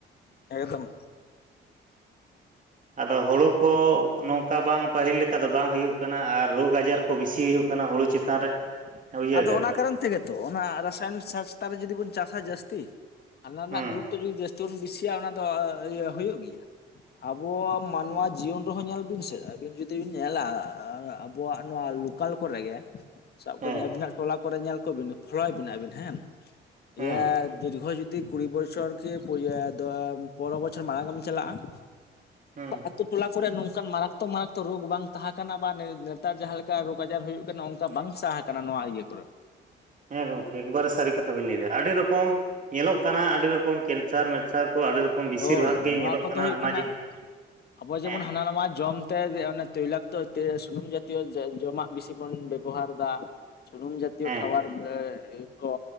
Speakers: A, on the left; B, on the right.
A: ᱮᱠᱫᱚᱢ
B: ᱟᱫᱚ ᱦᱩᱲᱩ ᱠᱚ ᱱᱚᱝᱠᱟ ᱵᱟᱝ ᱯᱟᱹᱦᱤᱞ ᱞᱮᱠᱟ ᱫᱚ ᱵᱟᱝ ᱦᱩᱭᱩᱜ ᱠᱟᱱᱟ ᱟᱨ ᱨᱚᱜᱽ ᱟᱡᱟᱨ, ᱠᱚ ᱵᱮᱥᱤ ᱦᱩᱭᱩᱜ ᱠᱟᱱᱟ ᱦᱩᱲᱳ ᱪᱮᱛᱟᱱ ᱨᱮ᱾ ᱵᱩᱡᱷᱟᱹᱣ
A: ᱟᱫᱚ
B: ᱠᱮᱜᱼᱟ
A: ᱚᱱᱟ
B: ᱵᱤᱱ
A: ᱠᱟᱨᱚᱱ ᱛᱮᱜᱮ ᱛᱚ ᱚᱱᱟ ᱨᱟᱥᱟᱭᱚᱱᱤᱠ ᱥᱟᱨ ᱪᱮᱛᱟᱱ ᱨᱮ ᱡᱩᱫᱤ ᱵᱚᱱ ᱪᱟᱥᱟ ᱡᱟᱹᱥᱛᱤ᱾ ᱚᱱᱟ ᱨᱮᱱᱟᱜ
B: ᱦᱩᱸ
A: ᱜᱩᱨᱩᱛᱛᱚ ᱡᱩᱫᱤ ᱡᱟᱹᱥᱛᱤ ᱵᱚᱱ ᱵᱮᱥᱤᱭᱟ ᱚᱱᱟ ᱫᱚ ᱤᱭᱟᱹ ᱦᱩᱭᱩᱜ ᱜᱮᱭᱟ᱾ ᱟᱵᱚᱣᱟᱜ ᱢᱟᱱᱣᱟ ᱡᱤᱭᱚᱱ ᱨᱮᱦᱚᱸ ᱧᱮᱞ ᱵᱤᱱ ᱥᱮᱫ ᱟᱹᱵᱤᱱ ᱡᱩᱫᱤ ᱵᱤᱱ ᱧᱮᱞᱟ ᱟᱵᱚᱣᱟᱜ ᱱᱚᱣᱟ ᱞ ᱱᱚᱠᱟᱞ ᱠᱚᱨᱮ ᱜᱮ ᱥᱟᱵ
B: ᱦᱮᱸ
A: ᱠᱟᱹᱫᱟᱹᱧ ᱟᱵᱤᱱᱟᱜ ᱴᱚᱞᱟ ᱠᱚᱨᱮ ᱧᱮᱞ ᱠᱚ ᱵᱤᱱ ᱯᱷᱚᱞᱚᱭ ᱵᱤᱱ ᱟᱵᱤᱱ ᱦᱮᱸ᱾ <unintelligible>
B: ᱦᱮᱸ
A: ᱫᱤᱨᱜᱷᱚ ᱡᱩᱫᱤ ᱠᱩᱲᱤ ᱵᱚᱪᱷᱚᱨ ᱠᱤ, ᱯᱚᱮ ᱯᱚᱱᱮᱨᱚ ᱵᱚᱪᱷᱚᱨ ᱢᱟᱲᱟᱝ ᱮᱢ ᱪᱟᱞᱟᱜᱼ ᱟ ᱾
B: ᱦᱩᱸ
A: ᱟᱛᱳ ᱴᱚᱞᱟ ᱠᱚᱨᱮ ᱱᱚᱝᱠᱟᱱ ᱢᱟᱨᱟᱠᱛᱚ ᱢᱟᱨᱟᱠᱛᱚ ᱨᱳᱜᱽ ᱵᱟᱝ ᱛᱟᱦᱮᱸ ᱠᱟᱱᱟ ᱵᱟ ᱱᱮᱛᱟᱨ ᱡᱟᱦᱟᱸ ᱞᱮᱠᱟ ᱨᱳᱜᱽ ᱟᱡᱟᱨ ᱦᱩᱭᱩᱜ ᱠᱟᱱᱟ ᱚᱱᱠᱟ ᱵᱟᱝ, ᱥᱟᱦᱟ ᱟᱠᱟᱱᱟ ᱱᱚᱣᱟ ᱤᱭᱟᱹ ᱠᱚᱨᱮ᱾
B: ᱦᱮᱸ ᱜᱚᱝᱠᱮ ᱮᱠᱵᱟᱨᱮ ᱥᱟᱹᱨᱤ ᱠᱟᱛᱷᱟ ᱵᱤᱱ ᱞᱟᱹᱭᱫᱟ ᱟᱹᱰᱤ ᱨᱚᱠᱚᱢ᱾ ᱧᱮᱞᱚᱜ ᱠᱟᱱᱟ ᱟᱹᱰᱤ ᱨᱚᱠᱚᱢ ᱠᱮᱱᱥᱟᱨ ᱢᱮᱱᱥᱟᱨ ᱠᱚ ᱟᱹᱰᱤ ᱨᱚᱠᱚᱢ᱾ ᱵᱮᱥᱤᱨ
A: ᱦᱳᱭ
B: ᱵᱷᱟᱜᱽ ᱜᱮ
A: ᱱᱚᱣᱟ
B: ᱧᱮᱞᱚᱜ
A: ᱠᱚᱫᱚ ᱦᱩᱭᱩᱜ
B: ᱚᱱᱟ
A: ᱠᱟᱱᱟ
B: ᱡᱮ
A: ᱟᱵᱚ ᱡᱮᱢᱚᱱ
B: ᱦᱮᱸ
A: ᱦᱟᱱᱟ ᱱᱟᱣᱟ ᱡᱚᱢ᱾ ᱛᱳᱭᱞᱟᱠᱛᱚ ᱥᱩᱱᱩᱢ ᱡᱟᱛᱤᱭᱚ ᱡᱚᱢᱟᱜ ᱵᱮᱥᱤ ᱵᱚᱱ ᱵᱮᱵᱚᱦᱟᱨ ᱮᱫᱟ᱾ ᱥᱩᱱᱩᱢ ᱡᱟᱛᱤᱭᱚ
B: ᱦᱮᱸ
A: ᱠᱷᱟᱵᱟᱨ ᱮᱸ ᱠᱚ